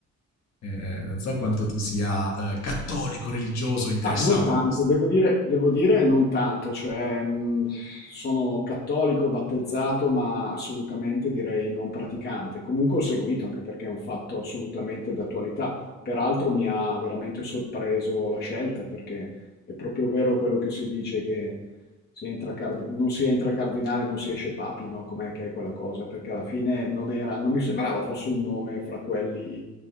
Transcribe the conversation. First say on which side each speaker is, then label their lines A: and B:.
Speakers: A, on the left (about 60°); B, on the left (about 35°).
A: Eh, non so quanto tu sia eh, cattolico, religioso, interessato
B: Ah, non tanto,
A: a questi.
B: devo dire, devo dire non tanto, cioè mh, sono cattolico battezzato, ma assolutamente direi non praticante. Comunque ho seguito anche perché è un fatto assolutamente d'attualità. Peraltro mi ha veramente sorpreso la scelta perché è proprio vero quello che si dice che si entra card- non si entra cardinale, non si esce papi, no? Com'è che è quella cosa? Perché alla fine non era, non mi sembrava fosse un nome fra quelli